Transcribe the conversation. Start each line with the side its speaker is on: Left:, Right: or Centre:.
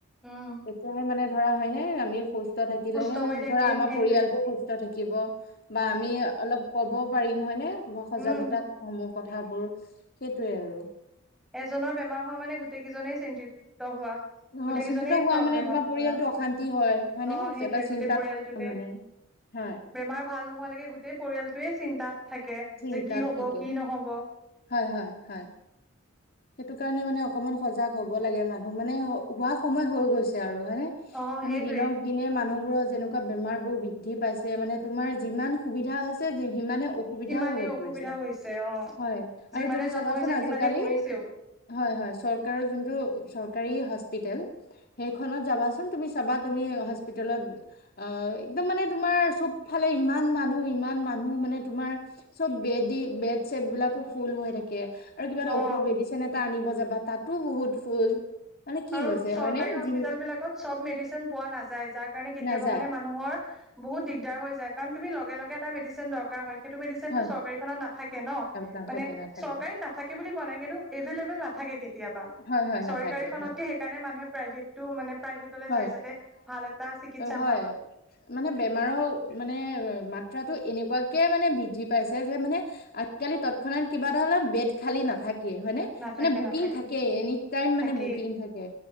Centre: উম
Left: তেতিয়াহে মানে ধৰা হয়নে আমি সুস্থ থাকিলেহে
Centre: সুস্থ হৈ থাকিম
Left: ধৰা আমাৰ
Centre: সেইটোৱে।
Left: পৰিয়ালটো সুস্থ থাকিল থিকিব বা আমি
Centre: সেইটোৱে
Left: অলপ ক'বও পাৰিম হয়নে সজাগতা
Centre: উম
Left: সমহ কথাবোৰ সেইটোৱে আৰু
Centre: এজনৰ বেমাৰ হোৱা মানে গোটেই কেইজনেই চিন্তিত হোৱা
Left: অ
Centre: গোটেই কেইজনেই
Left: চিন্তিত হোৱা
Centre: প্ৰব্লেমত
Left: মানে তোমাৰ পৰিয়ালটো
Centre: অ
Left: অশান্তি হয় হয়নে
Centre: সেইটোৱে
Left: এটা চিন্তাত
Centre: গোটেই পৰিয়ালটোতে
Left: থাকে মানে হয়
Centre: বেমাৰ ভাল নোহোৱালৈকে গোটেই পৰিয়ালটোয়ে চিন্তাত থাকে
Left: চিন্তাত
Centre: যে কি হব
Left: থাকে
Centre: কি নহব?
Left: হয় হয় হয়। সেইটো কাৰণে মানে অকমান সজাগ হব লাগে মানুহ মানে হোৱা সময় হৈ গৈছে আৰু হয় ন
Centre: অ
Left: মানে
Centre: সেইটোৱে
Left: দিনক দিনে মানুহ যেনেকুৱা বেমাৰ বোৰ বৃদ্ধি পাইছে মানে তোমাৰ যিমান সুবিধা হৈছে সিমানে অসুবিধাও
Centre: সিমানেই
Left: হৈ
Centre: অসুবিধাও
Left: পৰিছে
Centre: হৈছে অ
Left: হয়
Centre: যিমানে
Left: আৰু তুমি
Centre: জন্ম
Left: চাবাচোন
Centre: হৈছে
Left: আজিকালি
Centre: সিমানে মৰিছেও
Left: হয় হয় চৰকাৰৰ যোনটো চৰকাৰী হস্পিতেল সেইখনত যাবাচোন তুমি চাবা তুমি হস্পিলতত অ এক্দম মানে তোমাৰ চব ফালে ইমান মানুহ ইমান মানুহ মানে তোমাৰ চব বেডী বেড চেট বিলাকো ফুল হৈ থাকে আৰু কিবা এটা
Centre: অ
Left: ঔষধ বেড আনিব যাবা তাতো বহুত ফুল মানে কি
Centre: আৰু
Left: হৈছে
Centre: চৰকাৰী
Left: হয়নে
Centre: হস্পিতল
Left: জিম
Centre: বিলাকত চব মেডিচিন পোৱা নাযায় যাৰ কাৰণে কেতিয়াবা
Left: নাযায়
Centre: মানে মানুহৰ বহুত দিগদাৰ হৈ যায় কাৰণ তুমি লগে লগে এটা মেডিচিন দৰকাৰ হয় সেইটো মেডিচিন
Left: হয়
Centre: টো চৰকাৰীখনত নাথাকে ন
Left: নাথাকে
Centre: মানে
Left: নাথাকে
Centre: চৰকাৰীত নাথাকে বুলি কোৱা নাই কিন্তু এভেইলেবল নাথাকে থাকে কেতিয়াবা
Left: হয় হয়
Centre: চৰকাৰীখনতকে
Left: নাথাকে হয়।
Centre: সেইকাৰণে মানুহে প্ৰাইভেটটো মানে প্ৰাইভেটলৈ
Left: হয়
Centre: যায় যাতে ভাল এটা চিকিৎসা
Left: হয়
Centre: পাওক
Left: ম বেমাৰৰ মানে মাত্ৰ এনেকুৱাকে মানে বৃদ্ধি পাইছে যে মানে আজিকালি তৎক্ষণাত কিবা ধৰ বেদ খালি নাথাকে হয় ন
Centre: নাথাকে
Left: মানে বুকিং
Centre: নাথাকে
Left: থাকে এনি টাই
Centre: থাকেই
Left: মানে বুকিং থাকে